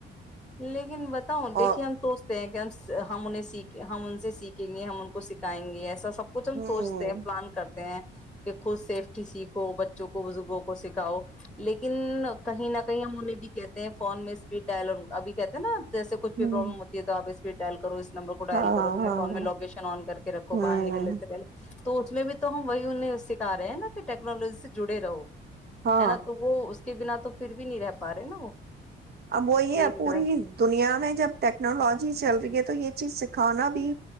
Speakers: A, in the centre; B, on the right (about 55°).
A: لیکن بتاؤ دیکھیے
B: اور
A: ہم سوچتے۔ ہیں کہ ہم ہم انہیں سیکھیں ہم ان سے سیکھیں گے ہم ان کو سکھائیں گے ایسا۔ سب کچھ ہم
B: ہ
A: سوچتے ہیں پلان کرتے ہیں۔ کہ خود سیفٹی سیکھو بچوں کو بزرگوں کو سکھاؤ لیکن کہیں نہ کہیں ہم انہیں بھی کہتے ہیں فون میں اسپیڈ ڈائلگ۔ ابھی کہتے ہیں نا۔ جیس کچھ بھی
B: ہ
A: پرابلم ہوتی ہے تو آپ اس۔ پے ڈائل کرو اس۔ نمبر کو ڈائل
B: ہاں
A: کرو اپنے
B: ہاں
A: فون میں لوکیشن آن کر کے رکھو
B: ہاں
A: باہر نکلنے سے پہلے تو اس میں بھی۔ تو ہم وہی انہیں سکھا رہے ہیں نا کہ ٹیکنالوجی سے جڑے رہو۔
B: ہاں
A: ہے نا تو وہ اس۔ کے بنا تو پھر بھی نہیں رہ پا رہے نا وہ۔
B: اب وہ یہ ہے
A: بھی
B: پوری
A: تو
B: دنیا میں جب ٹیکنالوجی چل۔ تو یہ چیز سکھانا۔ بھی